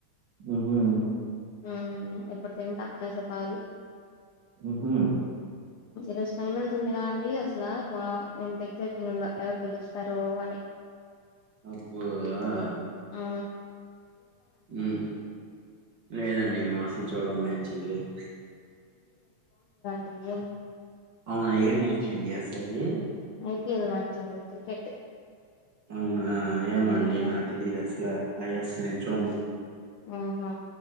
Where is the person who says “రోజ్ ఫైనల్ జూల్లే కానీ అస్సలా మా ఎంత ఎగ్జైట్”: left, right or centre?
Left